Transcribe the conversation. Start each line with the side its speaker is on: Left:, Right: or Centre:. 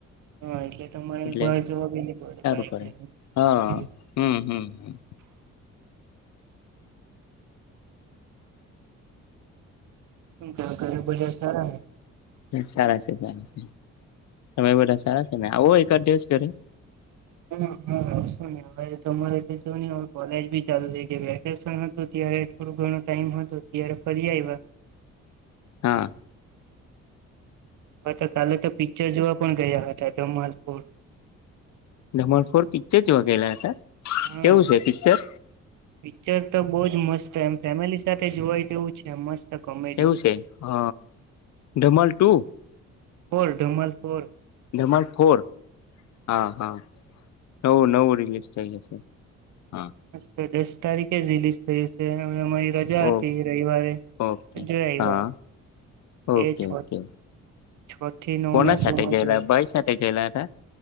Right: હા એટલે તમારે
Left: એટલે
Right: બહાર જવા બી નહી પડે
Left: સારું
Right: બાઈક લઈને.
Left: હા હમ હમ હ.
Right: ધાગ ને બધા સારા
Left: સારા છે સારા છે તમે બધા સારા છે ને આવો એક દિવસ ક્યારે
Right: હ હા શું ન હવે તમારે નહી હવે કોલેજ બી ચાલુ થ ગ ઇ વેકેશન હતું ત્યારે થોડું ઘણો ટાઈમ હતો ત્યારે ફરી આવ્યા.
Left: હા
Right: હા તો કાલે તો પિક્ચર જોવા પણ ગયા હતા. જમાલપુર.
Left: જમાલપુર પિક્ચર જોવા ગયેલા હતા.
Right: હા.
Left: કેવું છે પિક્ચર
Right: પિક્ચર તો બહુ જ મસ્ત એમ ફેમિલી સાથે જોવાઈ જેવું છે મસ્ત. કોમેડી
Left: એવું છે હ Dhamaal two.
Right: Four Dhamaal four
Left: Dhamaal four હા હા. નવુ નવુ રિલીસ્ટ એ હશે હા
Right: તો દસ તારીખે જે રિલિસ્ટ તે દિવસે અમારી રજા
Left: ઓ
Right: હતી રવિવારે
Left: ઓકે
Right: જો આવ્યા.
Left: હા ઓકે
Right: એ છ
Left: ઓકે
Right: છ થી નવ
Left: કોના
Right: નો શો
Left: સાથે
Right: માં
Left: ગયેલા
Right: જોય.
Left: ભાઈ સાથે ગયેલા હતા